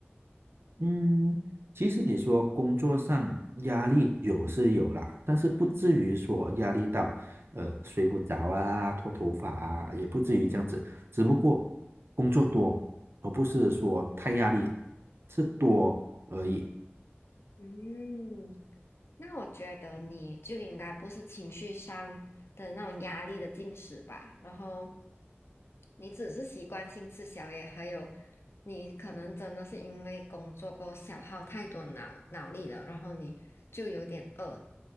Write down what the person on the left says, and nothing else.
嗯
嗯，那我觉得你就应该不是情绪上的那种压力的进食吧，然后你只是习惯性吃宵夜，还有你可能真的是因为工作过后消耗太多脑脑力了，然后你就有点饿，